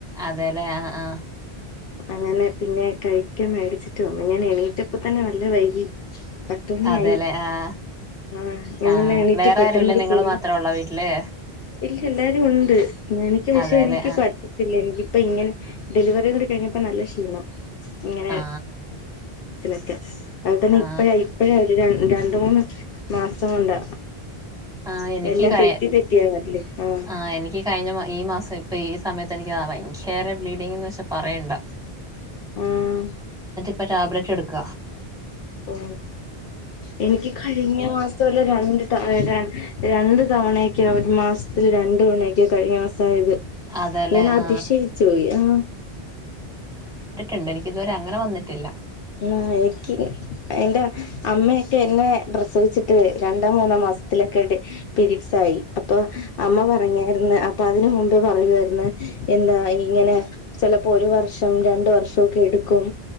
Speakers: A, in the centre; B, on the left.
A: അതെല്ലേ ആ ആഹ
B: അങ്ങനെ പിന്നെ കഴിക്ക മേടിച്ചിട്ട് വന്നു ഞാൻ എണീറ്റപ്പ തന്നെ നല്ല വൈകി പത്തുമണിയായി
A: അതെല്ലേ ആഹ
B: ആ ഞാൻ
A: ആഹ
B: പിന്നെ എണീറ്റ്
A: വേറെ
B: പെട്ടെന്നൊരു
A: ആരു ഇല്ല നിങ്ങള്ൾ
B: കുളി
A: മാത്രേ ഉള്ള വീട്ടില്
B: ഇല്ല എല്ലാരും ഉണ്ട് എനക്ക് പശേ
A: അതെല്ലെ
B: എനിക്ക്
A: ആ
B: പറ്ററ്റത്തില്ല എനിക്ക് ഇപ്പ ഇങ്ങനെ ഡെലിവറിന്ന് കഴിഞ്ഞപ്പോ നല്ല ക്ഷീണം ഇങ്ങനെ
A: ആ
B: ൊക്കെ അത് തന്നെ
A: ആ
B: ഇപ്പഴ ഇപ്പഴേ ഒരു ര രണ്ട മൂന്ന് മാസം കൊണ്ട്
A: ആ എനിക്ക്
B: എല്ലാം
A: കഴി
B: തെറ്റി തെറ്റിയാ വറല്ലേ ആഹ
A: ആ എനിക്ക് കഴിഞ്ഞ മാ- ഈ മാസം ഇപ്പം ഈ സമയത്ത് എനിക്ക്താണ് ഭയങ്കര ബ്ലീഡിങ് എന്ന് വെച്ചൽ പറയേണ്ട
B: ആഹ
A: ഇപ്പൊ ടാബ്ലറ്റ് എടുക്ക
B: ഓ എനിക്ക് കഴിഞ്ഞ മാസംല്ല രണ്ട് ത രണ്ട തവണൊക്കെയ ഒരു മാസത്തില് രണ്ടു തവണയൊക്കെയ കഴിഞ്ഞ മാസം അതായത്
A: അതെല്ലെ
B: ഞാൻ
A: ആ
B: അതിശയിച്ചു പോയി ആ
A: ഇണ്ട് എനിക്ക് ഇതുവരെ അങ്ങനെ വന്നിട്ടില്ല
B: ആ എനിക്ക് എറെ അമ്മയൊക്കെ എന്നെ ഡ്രസ് വെച്ചിട്ട് രണ്ടാം മൂന്നാം മാസ രീ ആായി അപ്പൊ അമ്മ പറഞ്ഞരുന്നു അപ്പൊ അതിനന് മുമ്പേ പറയു എന്താ ഇങ്ങനെ ചെപ്പോ ഒരു വർഷം രണ്ട വർഷംമൊക്കെ എടുക്കും